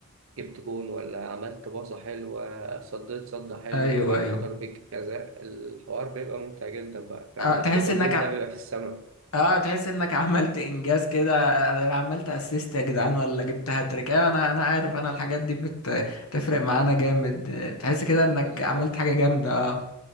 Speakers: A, on the right; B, on the left.
A: جبت جون ولا عملت باصة حلوة صديت صدة حلوة
B: ايوه
A: جبت
B: ايوه
A: ضربة جزاء الحوار بيبقى ممتع جدا بقى فاهم
B: آه تحس
A: الدوبامين
B: انك ع-
A: ده بيبقى في السماء
B: اه تحس انك عملت انجاز كده انا أنا عملت اسيست يا جدعان ولا جبت هاتريك ايوه انا انا عارف انا الحاجات دي بت- بتفرق معانا جامد آه، تحس كده انك
A: بالظبط
B: عملت حاجة جامدة اه